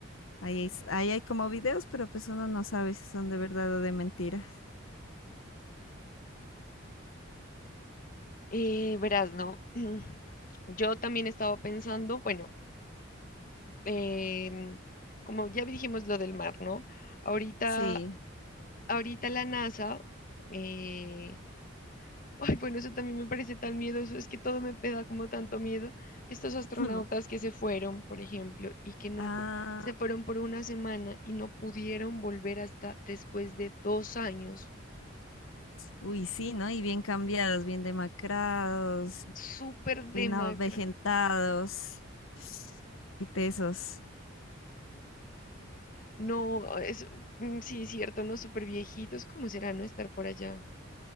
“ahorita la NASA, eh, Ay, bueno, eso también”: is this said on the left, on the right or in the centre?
Left